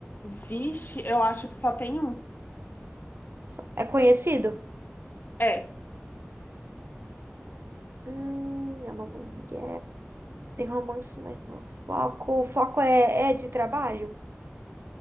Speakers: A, on the left; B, on the right.
A: Vixe, eu acho que só tem um.
B: Só- É conhecido?
A: É,
B: Hum, é uma mulher. Tem romance, mas não. é Foco. O foco é, é de trabalho?